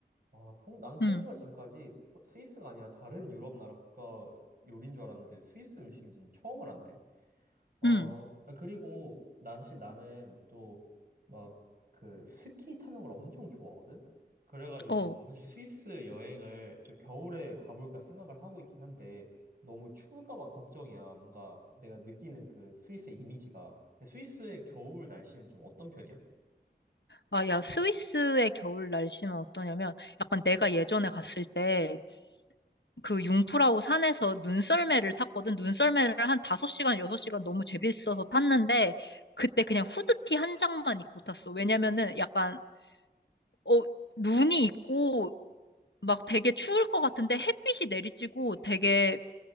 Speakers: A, on the right; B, on the left.
A: 아, 퐁, 나는 퐁듀가
B: 응,
A: 지금까지 포- 스위스가 아니라 다른 유럽 나라 국가 요리인 줄 알았는데 스위스 음식인지는 처음 알았네. 어,
B: 응,
A: 아, 그리고 나 사실 나는 또 막 그 스키 타는 걸 엄청 좋아하거든. 그래가지고
B: 어.
A: 사실 스위스 여행을 좀 겨울에 가볼까 생각을 하고 있긴 한데 너무 추울까 봐 걱정이야. 뭔가 내가 느끼는 그 스위스의 이미지가. 근데 스위스의 겨울 날씨는 좀 어떤 편이야?
B: 아, 야, 스위스의 겨울 날씨는 어떠냐면 약간 내가 예전에 갔을 때 그 융프라우 산에서 눈썰매를 탔거든. 눈썰매를 한 5시간, 6시간 너무 재밌어서 탔는데, 그때 그냥 후드티 한 장만 입고 탔어. 왜냐면은 약간, 어, 눈이 있고, 막 되게 추울 것 같은데 햇빛이 내리쬐고 되게